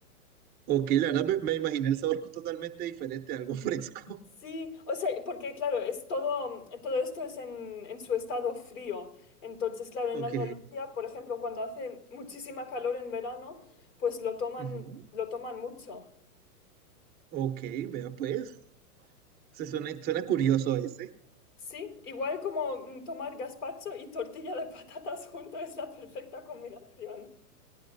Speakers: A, on the right; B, on the left.
A: Ok, la verdad me, me imaginé el sabor totalmente diferente, algo <laughs> fresco.
B: Sí, o sea, porque claro, es todo, todo esto es en, en su estado frío. Entonces, claro, en
A: Ok.
B: Andalucía, por ejemplo, cuando hace muchísima calor en verano, pues lo toman,
A: ujú,
B: lo toman mucho.
A: Ok, vea pues. Se suena, suena curioso ese.
B: Sí, igual como mm, tomar gazpacho y tortilla de <laughs> patatas junto es la perfecta combinación.